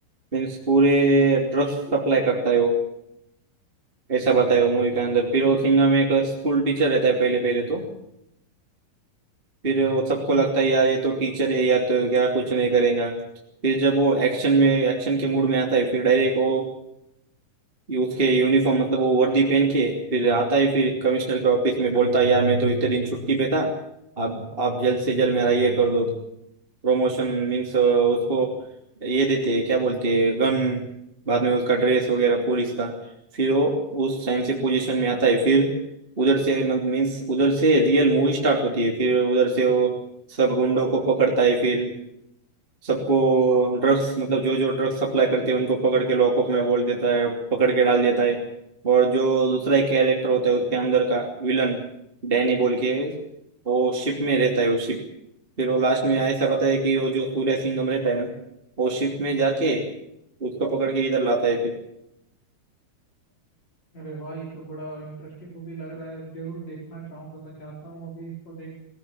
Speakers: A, on the right; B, on the left.
A: मीन्स पूरे ड्रग्स सप्लाई करता है वो ऐसा बताया मूवी के अंदर फिर
B: अच्छा
A: वो
B: अच्छा
A: सिंघम में एक स्कूल टीचर रहता है पहले पहले तो फिर वो सबको
B: हम्म
A: लगता है यार ये तो टीचर है या तो क्या कुछ नहीं करेगा फिर जब वो एक्शन में एक्शन के मूड में आता है फिर डायरेक्ट वो ये उसके यूनिफॉर्म मतलब वो वर्दी पहन के फिर आता है फिर कमिश्नर के ऑफिस में बोलता है यार मैं तो इतने दिन छुट्टी पे था अब आप जल्द से जल्द मेरा ये कर दो प्रमोशन मीन्स उसको ये देते हैं क्या बोलते हैं गन बाद में उसका ड्रेस वगैरह पुलिस का फिर वो उस टाइम से पोजीशन में आता है फिर उधर से मीन्स उधर से रियल मूवी स्टार्ट होती है फिर उधर से वो सब गुंडों को पकड़ता है फिर सबको ड्रग्स मतलब जो जो ड्रग्स सप्लाई करते हैं उनको पकड़ के लॉकअप में बोल देता है पकड़ के डाल देता है और जो दूसरा एक कैरेक्टर होता है उसके अंदर का विलन डैनी बोल के वो शिप में रहता है वो शिप फिर वो लास्ट में ऐसा बताया कि वो जो सूर्य सिंघम रहता है ना वो शिप में जाके उसको पकड़ के इधर लाता है फिर
B: अरे वाह ये तो बड़ा इंटरेस्टिंग मूवी लग रहा है जरूर देखना चाहूंगा मैं जाता हूँ अभी इसको देख